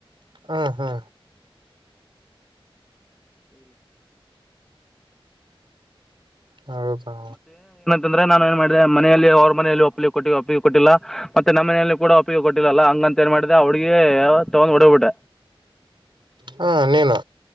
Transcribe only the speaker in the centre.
ಅಂದ್ರೆ ನಾನು ಏನ್ ಮಾಡಿದೆ ಮನೆಯಲ್ಲಿ ಅವ್ರ ಮನೆಯಲ್ಲಿ ಒಪ್ಪಿಗೆ ಕೊಟ್ಟ ಒಪ್ಪಿಗೆ ಕೊಟ್ಟಿಲ್ಲ ಮತ್ತೆ ನಮ್ಮ ಮನೆಯಲ್ಲಿ ಕೂ ಒಪ್ಪಿಗೆ ಕೊಟ್ಟಿಲ್ಲ ಅಲ್ಲ ಹಂಗ ಂತ ಏನ್ ಮಾಡಿದೆ ಅವಡ್ಗಿ ತಗೊಂಡ್ ಹೊಡ್ಬಿಟ್ಟ